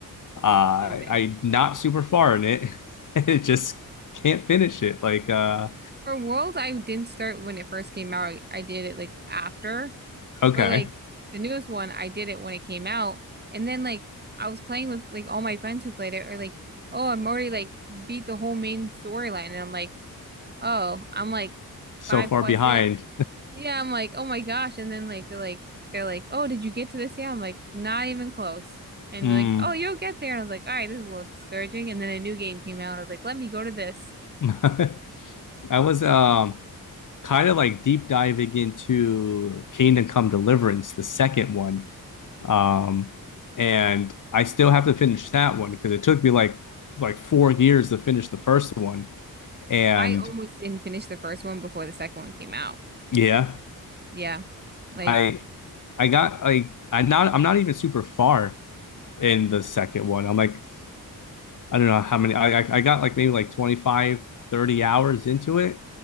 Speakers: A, on the left; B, on the right.
A: Uh,
B: you didn't finish.
A: I not super far in it. <laughs> it just can't finish it. Like uh,
B: For Worlds, I didn't start when it first came out. I, I did it like after.
A: okay,
B: For like the newest one, I did it when it came out. And then like I was playing with like all my friends who played it are like, oh, I'm already like beat the whole main storyline. And I'm like, oh, I'm like
A: so
B: five
A: far
B: quests
A: behind.
B: in. Yeah, I'm like, oh my gosh. And then like they're like they're like, oh, did you get to this? Yeah, I'm like, not even close. And
A: Mm
B: they're like, oh, you'll get there. And I was like, all right, this is a little discouraging. And then a new game came out. I was like, let me go to this.
A: <laughs> I was um kind of like deep diving into Kingdom Come Deliverance, the second one. Um, and I still have to finish that one because it took me like like four years to finish the first one. And
B: I almost didn't finish the first one before the second one came out.
A: yeah,
B: Yeah. Like,
A: I I got like I not I'm not even super far in the second one. I'm like I don't know how many I I, got like maybe like twenty five thirty hours into it.